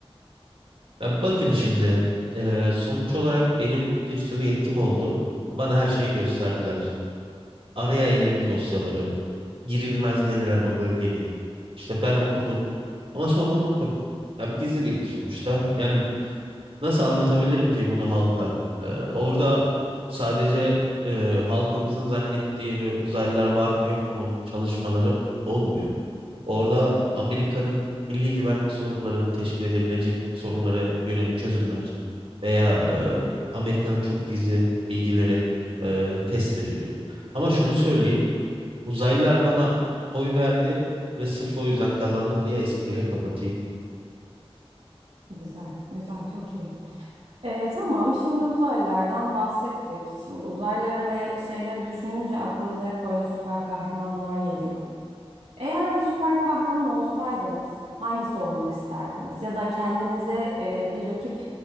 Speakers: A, on the right; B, on the right.
A: Ya bakın şimdi eee, sonuç olarak benim bir sürü yetkim oldu. Bana her şeyi gösterdiler. Araya 51 dosyaları, girilmez denilen o bölgenin. İşte ben okudum ama sonra unuttum. Ya gizli bilgi sonuçta. Yani nasıl anlatabilirim ki bunu halka? Eee, orada sadece eee, halkımızın zannettiği ve uzaylılar var mı yok mu çalışmaları olmuyor. Orada Amerika'nın milli güvenlik sorunlarını teşkil edebilecek sorunlara yönelik çözümler veya e, Amerika'nın çok gizli bilgileri e, test ediliyor. Ama şunu söyleyeyim, uzaylılar bana oy verdi ve sırf o yüzden kazandım diye espriyle kapatayım.
B: Güzel, güzel, çok iyi. Ee, tamam, şimdi uzaylılardan bahsettik. Şimdi uzaylıları ve şeyleri düşününce aklımıza hep böyle süper kahramanlar geliyor. Eğer bir süper kahraman olsaydınız, hangisi olmak isterdiniz? Ya da kendinize e, bir rakip